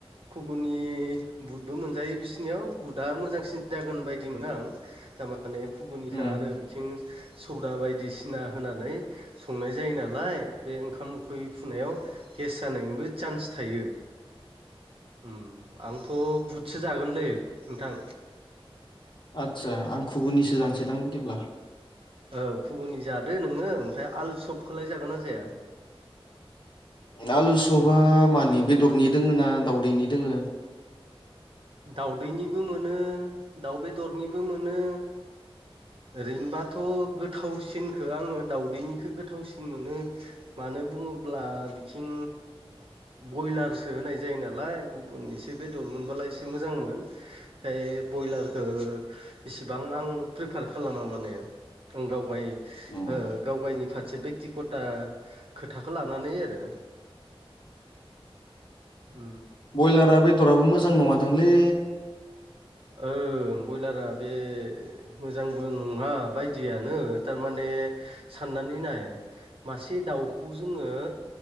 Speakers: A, on the right (about 65°); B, on the left (about 50°).
A: खुगुनि बुटबो मोनजायो बिसिनियाव बुदा मोजांसिन जागोन बायदि बिदि मोनो आं थारमाने खुगुनिखौ
B: उम
A: आरो बांसिन सदा बायदिसिना होनानै संनाय जायो नालाय बे ओंखाम उखै फुनायाव गेस जानायनिबो चान्स थायो ओम आंथ' बुथसो जागोनलै नोंथां
B: आदसा आं खुगुनिसो जानसैदां बिदिब्ला
A: औ खुगुनि जादो नोङो ओमफ्राय आलु सबखौलाय जागोन ना जाया
B: आलुसबा मानि बेदरनि दोङो ना दावदैनि दोङो
A: दाउदैनिबो मोनो दाउ बेदरनिबो मोनो ओरैनोबाथ' गोथावसिनखौ आङो दावदैनिखौ गोथावसिन मोनो मानो बुङोब्ला बिथिं ब्रयलारसो होनाय जायो नालाय गुबुन एसे बेदर मोनबालाय एसे मोजांमोन ओमफाय बयलारखौ इसेबां आं प्रिफार खालामा माने आं गावगाय
B: उम
A: गाव गावनि फारसे बेक्तिगता खोथाखौ लानानै आरो ओ ओ
B: ब्रयलारा बेदराबो मोजां नङादांलै
A: ओ ब्रयलारा बे मोजांबो नङा बायदियानो थारमाने साननानै नाय मासे दाउखौ जोङो